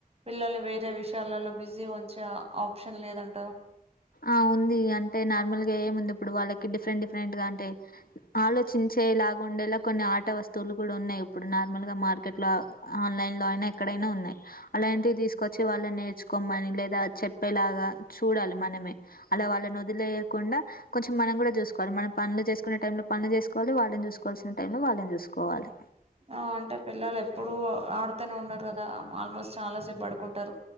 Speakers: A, on the right; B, on the left.
A: పిల్లల్ని వేరే విషయాలలో బిజీ ఉంచే ఆప్షన్ లేదంటారు
B: ఆ ఉంది అంటే నార్మల్ గా ఏముంది ఇప్పుడు వాళ్ళకి డిఫరెంట్ డిఫరెంట్ గా అంటే ఆలోచించి చేలాగా ఉండేలా కొన్ని ఆట వస్తువులు కూడా ఉన్నాయి ఇప్పుడు నార్మల్ గా మార్కెట్ లో ఆన్లైన్ లో అయినా ఎక్కడ అలాంటివి తీసుకొచ్చి వాళ్ళ నేర్చుకోమని లేదా చెప్పేలాగా చూడాలి మన అలా వాళ్ళనొదీలేయకుండా కొంచెం మనం కూడా చూసుకోవాలి మనం పనులు చేసుకునే టైంలో పనులు చేసుకోవాలి వాళ్ళని చూసుకోవాలసిన టైంలో వాళ్ళని చూసుకోవాలి
A: ఆ అంటే పిల్లలు ఎప్పుడు ఆడుతనే ఉండరు కదా ఆల్మోస్ట్ చాలా సేబ్ పడుకుంటరు